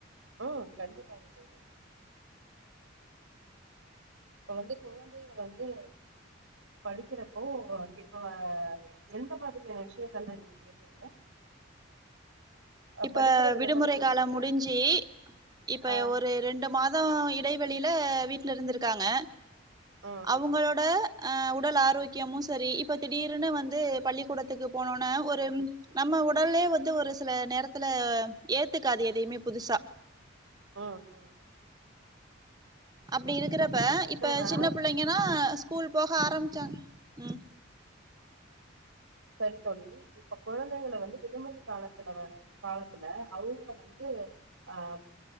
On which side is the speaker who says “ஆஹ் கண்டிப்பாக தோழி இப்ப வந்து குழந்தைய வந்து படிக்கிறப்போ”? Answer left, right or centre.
Right